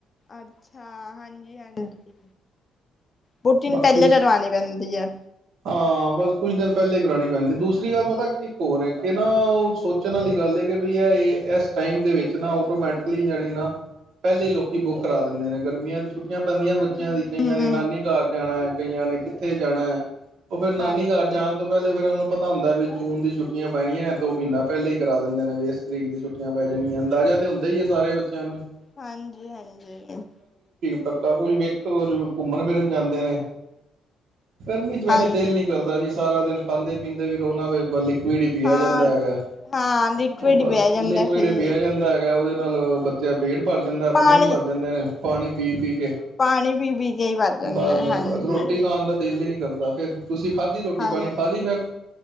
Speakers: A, on the left (about 30°); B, on the right (about 70°).
A: ਅੱਛਾ, ਹਾਂਜੀ-ਹਾਂਜੀ ਬੁਕਿੰਗ
B: ਬਾਕੀ
A: ਪਹਿਲੇ ਕਰਵਾਣੀ ਪੈਂਦੀ ਐ।
B: ਹਾਂ ਬਸ ਕੁਝ ਦਿਨ ਪਹਿਲੇ ਕਰਾਣੀ ਪੈਂਦੀ ਦੂਸਰੀ ਗੱਲ ਪਤਾ ਇੱਕ ਹੋਰ ਹੈ ਕਿ ਨਾ ਉਹ ਸੋਚਣ ਵਾਲੀ ਗੱਲ ਹੈ, ਕਿ ਬ ਇਹ ਇਸ ਟਾਈਮ ਦੇ ਵਿੱਚ ਨਾ ਆਟੋਮੈਟਿਕਲੀ ਜਣੀ ਨਾ ਪਹਿਲੇ ਲੋਕੀ ਬੁੱਕ ਕਰਾ ਦਿੰਦੇ ਨੇ ਗਰਮੀਆਂ ਦੀ ਛੁੱ ਛੁਟੀਆਂ ਪੈਂਦੀਆਂ ਬੱਚਿਆਂ
A: ਹੂੰ
B: ਦੀਆਂ ਕਈਆਂ ਨੇ ਨਾਨੀ ਘਰ ਜਾਣਾ ਹੈ ਕਈਆਂ ਨੇ ਕਿੱਥੇ ਜਾਣੈ? ਉਹ ਫੇਰ ਨਾਨੀ
A: ਹਾਂਜੀ
B: ਘਰ, ਜਾਣ ਤੋਂ ਪਹਿਲੇ ਫੇਰ ਪਤਾ ਹੁੰਦਾ ਵੀ, ਜੂਨ ਦੀ ਛੁੱਟ ਪੈਣੀਆਂ ਦੋ ਮਹੀਨਾ ਪਹਿਲਾਂ ਹੀ ਕਰਾ ਦਿੰਦੇ ਨੇ, ਵੀ ਇਸ ਤਰੀਕ ਦੀ ਛੁੱਟੀਆਂ ਪੈ ਜਾਣੀਆਂ, ਅੰਦਾਜ਼ਾ ਤੇ ਹੁੰਦਾ ਹੀ ਹੈ ਸਾਰੇ ਬੱਚਿਆਂ ਨੂੰ।
A: ਹਾਂਜੀ, ਹਾਂਜੀ।
B: ਪੱਕਾ, ਕੁਝ ਵੇਖੋ ਘੁੰਮਣ ਫਿਰਨ ਜਾਂਦੇ ਨੇ ਗਰਮੀ ਚ ਬ
A: ਹਾਂਜੀ
B: ਹੈ ਦਿਲ ਨੀ ਕਰਦਾ ਜੀ। ਸਾਰਾ ਦਿਨ ਖਾਂਦੇ ਪੀਂਦੇ ਵੀ ਰੋਣਾ ਵ ਲਿਕਵਿੜ ਪਿਆ
A: ਹਾਂ
B: ਜਾਂਦਾ ਹੈਗਾ,
A: ਹਾਂ ਲਿਟਵੇ ਡ
B: ਬਸ
A: ਬਹਿ ਜਾਂਦਾ
B: ਲਿਕਵਿਡ
A: ਸਰੀਰ
B: ਪਿਆ ਜਾਂਦਾ ਹੈਗਾ। ਉਹਦੇ ਨਾਲ ਬਤਿਆ ਪੇਟ ਭਰ ਜਾਂਦਾ, ਆਪਣੇ
A: ਪਾਣੀ
B: ਵੀ ਭਰ ਜਾਂਦੇ ਨੇ। ਪਾਣੀ ਪੀ ਕੀ ਕੇ,
A: ਪਾਣੀ ਪੀ ਪੀ ਕੇ ਹੀ ਵੱਧ ਜਾਂਦਾ
B: ਬਸ -ਬਸ,
A: ਹਾਂਜੀ
B: ਬਸ ਰੋਟੀ ਖਾਣ ਦਾ ਦਿਲ ਹੀ ਨਹੀਂ ਕਰਦਾ। ਤਾਂ ਫਿਰ ਤੁਸੀਂ ਖਾਧੀ ਰੋਟੀ
A: ਹਾਂਜੀ,
B: ਪਾਣੀ ਖਾ ਲਈ ਫਿਰ